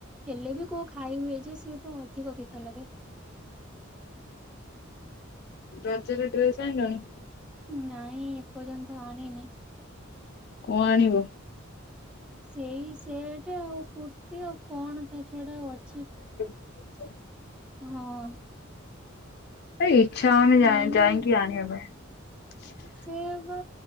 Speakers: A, in the centre; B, on the left.
A: ହେଲେ ବି କୋଉ ଖାଇ ହୁଏ ଯେ ସେତ ଅଧିକ ପିତା ଲାଗେ
B: ରଜର ଡ୍ରେସ୍ ଆଇିଲଣି
A: ନାଇଁ ଏପର୍ଯ୍ୟନ୍ତ ଆଣନି
B: କଣ ଆଣିବ
A: ସେଇ ସେଟ ଆଉ କୁର୍ତ୍ତି ଆଉ କଣ ତା ଛଡା ଆଉ ଅଛି
B: <unintelligible>
A: ହଁ
B: ଏଇ ଇଛା ହୋଇନି ଯାଇ
A: ଆଣିନି
B: ଯାଇକି
A: ତ।
B: ଆଣିବା ପାଇଁ
A: ସେ ବା